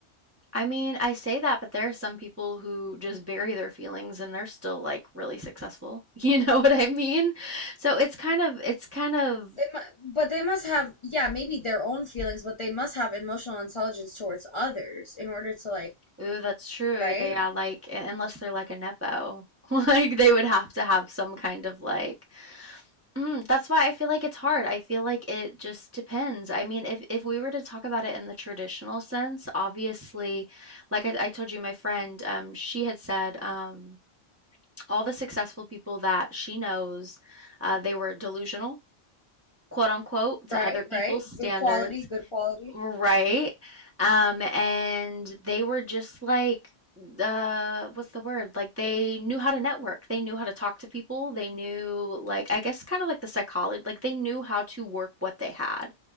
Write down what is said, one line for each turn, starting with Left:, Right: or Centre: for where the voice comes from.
Right: I mean, I say that, but there are some people who just bury their feelings and they're still like really successful. <laughs> You know what I mean? So it's kind of, it's kind of,
Left: They mu but they must have, yeah, maybe their own feelings, but they must have emotional intelligence towards others in order to like,
Right: ooh, that's true.
Left: right?
Right: Yeah, yeah. yeah," Like, unless they're like a nepo, <laughs> like they would have to have some kind of like Mm, that's why I feel like it's hard. I feel like it just depends. I mean, if if we were to talk about it in the traditional sense, obviously, like I, I told you, my friend, um, she had said, um, all the successful people that she knows, uh, they were delusional, quote unquote, to
Left: Right,
Right: other people's
Left: right. Good
Right: standards.
Left: quality, good quality.
Right: Right. Um, and they were just like, uh, what's the word? Like they knew how to network. They knew how to talk to people. They knew like I guess kind of like the psychology, like they knew how to work what they had.